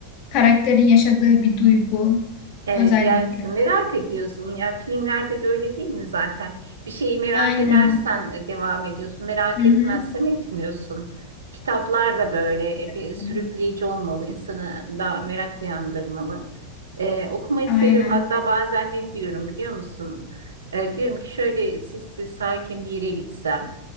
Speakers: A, on the left; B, on the right.
A: karakterin yaşadığı bir duygu
B: Evet
A: özellikle.
B: yersin merak ediyorsun ya filmlerde de öyle değil mi zaten bir şeyi merak
A: Aynen.
B: edersen e, devam ediyorsun merak
A: Hı hı.
B: etmezsen etmiyorsun kitaplar da böyle e,
A: Kesinlikle.
B: bir sürükleyici olmalı insanı da merak uyandırmalı E, okumayı
A: Aynen.
B: seviyorum hatta bazen ne diyorum biliyor musun E, diyorum ki şöyle sessiz sakin bir yere gitsem